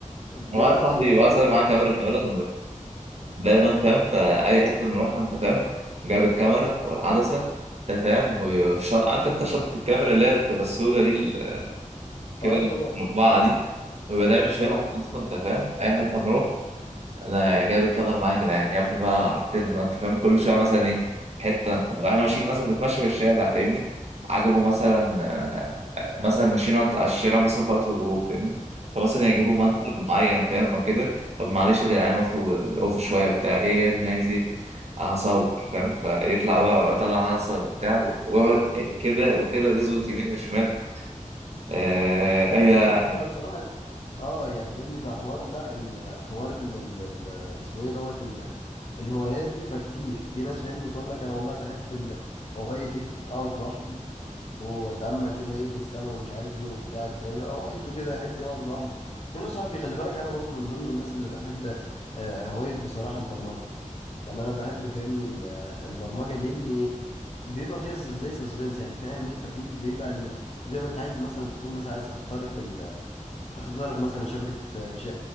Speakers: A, on the left; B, on the right.
A: بيبقى
B: واحد صاحبي
A: دايما
B: واحد صاحبي معاه
A: مش
B: كاميرا
A: واحد
B: فعلا
A: كده
B: ودايما فاهم فأي حتة بنروحها أنت فاهم جاب الكاميرا والعدسة أنت فاهم والشنطة عارف أنت شنطة الكاميرا اللي هي بتبقى السودة دي ال- كده
A: اه طبعا
B: المقبعة دي ويبقى دايما شايلها
A: اه
B: على كتفه أنت فاهم أي حتة نروح انا جايب الكاميرا معايا يا جدعان يا ابني بقى عرفتني ما انت فاهم كل شويه مثلا ايه حته احنا ماشيين مثلا بنتمشى في الشارع فاهمني عجبه مثلا آه، آه، مثلا ماشيين وقت على الشارع مثلا في وقت الغروب فاهمني فمثلا يجيبوا منتج
A: اه فاهم
B: معين فاهم او كده طب معلش يا جدعان وقفوا وقفوا شويه بتاع ايه يا ابني عايز ايه هصور فاهم فيطلع بقى يطلع الحلقه بتاع ويقعد كده وكده يظبط يمين وشمال آه، ايه
A: بالظبط فانا بصراحه اه يعني فهمني في حوار لا الحوار ال ال ال اسمه ايه دوت ال ال الهوايات دي فكتير في ناس فاهمني تقول لك انا والله بحب ال- هوايه ايه اقعد لوحدي واتامل كده ايه في السماء ومش عارف ايه وبتاع تلاقيه بقى هوايته كده يحب يقعد لوحده في ناس صاحبي خلي بالك انا برضو من ضمن الناس اللي بحب آه، هوايه بصراحه البرمجه يعني انا بحب فهمني ال- البرمجه لاني بيبقى فيها س- زي سسبنس يعني فاهم انت في بيبقى ال- زي ما انت عايز مثلا تكون مثلا عايز تخترق ال تخترق مثلا شبكة آه، ش...